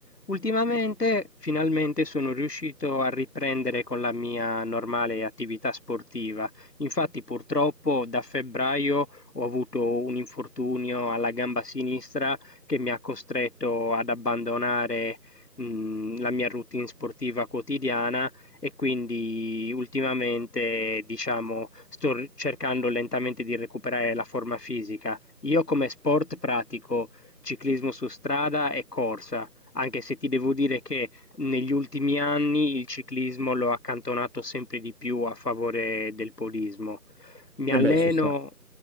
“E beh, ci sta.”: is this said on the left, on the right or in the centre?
Right